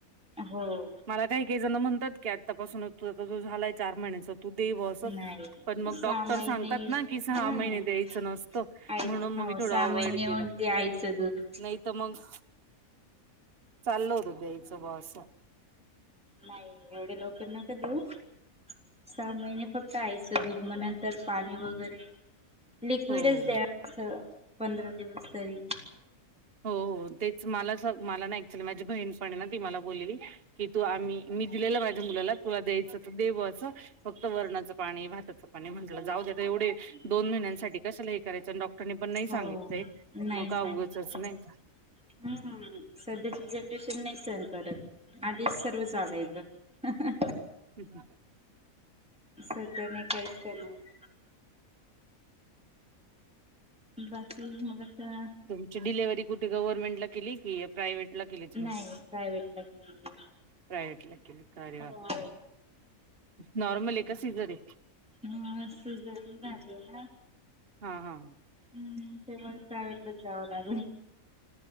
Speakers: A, in the centre; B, on the right.
A: हो.
B: मला काही काही जण म्हणतात की आत्तापासुनच तुझा तो झालाय चार महिन्याचा तु दे बा अस
A: नाही.
B: पण मग
A: सहा
B: डॉक्टर
A: महिने
B: सांगतात ना की सहा
A: हम्म
B: महिने द्यायच नस ते
A: आईच
B: म्हणुन मग
A: हो
B: मी थोड
A: सहा
B: अवॉइड
A: महिने
B: केल
A: ओन्ली आईचं दूध.
B: नाही तर मग- चालल होत द्यायच बा अस
A: नाही एवढ्या लवकर नका देऊ सहा महिने फक्त आईच दुध म नंतर पाणी वगैरे लिक्वीड
B: हो.
A: च द्याव लागत पंधरा दिवस तरी
B: हो हो तेच मला मला ना ऍक्च्युली माझी बहीण पण ना ती मला बोललेली की तु आम्ही मी दिलेल माझ्या मुलाला तुला द्यायच त दे बा अस फक्त वरणाचं पाणी भाताच पाणी म्हंटल जाऊ दे एवढे दोन महिन्यांसाठी कशाला हे करायच डाॅक्ट रांनी पण नाही सांगितलय
A: हो. नाही
B: मग
A: सांगितलं.
B: का उगचच नाही का
A: हम्म सध्याची जनरेशन नाही सहन करत आधीच सर्व चालायच हं हं
B: हम् हम <inaudible>
A: सध्या नाही काहीच करण होत बाकी मग आता
B: तुमची डिलेव्हरी कुठे गव्हरर्मेंट ला केली कि प्राइवेट ला केली
A: नाही
B: तुम्ही
A: प्रायव्हेट ला केलीये.
B: प्रायवट ला केली काे
A: हो
B: वा नॉर्मल आहे का सीझर आहे.
A: ह सिझर झाली आहे ना.
B: हा हा.
A: हम्म ते मग प्रायव्हेटलाच जावं लागल.